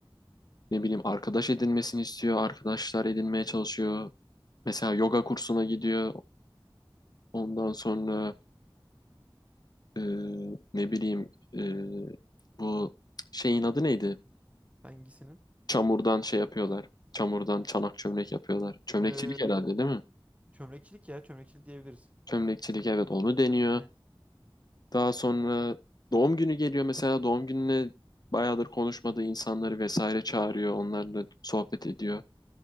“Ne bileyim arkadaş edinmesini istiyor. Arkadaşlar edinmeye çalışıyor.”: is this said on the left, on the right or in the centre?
Left